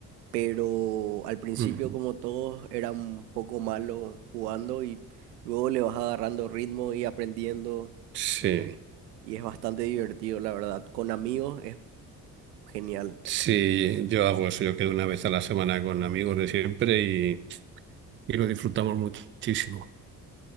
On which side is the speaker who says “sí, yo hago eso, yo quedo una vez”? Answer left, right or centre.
Right